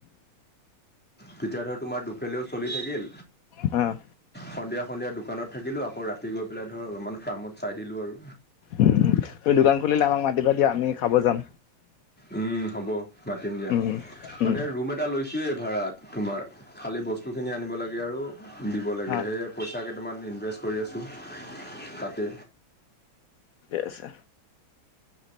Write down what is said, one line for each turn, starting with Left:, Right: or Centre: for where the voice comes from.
Centre: তেতিয়া ধৰ তোমাৰ দুফেলেও চলি থাকিল।
Left: অ'।
Centre: সন্ধিয়া সন্ধিয়া দোকানত থাকিলো আকৌ ৰাতি গৈ পেলাই ধৰ অলপমান ফাৰ্মত চাই দিলো আৰু।
Left: উম, তুমি দোকান খুলিলে আমাক মাতিবা দিয়া আমি খাব যাম।
Centre: উম, হ'ব মাতিম দিয়া।
Left: উম, উম।
Centre: মানে ৰুম এটা লৈছোয়ে ভাড়াত তোমাৰ খালি বস্তু খিনি আনিব লাগে। লে আৰু দিব লাগে
Left: হা
Centre: সেয়ে পইচা কেইটামান ইনভেষ্ট কৰি আছোঁ তাতে।
Left: কে আছে।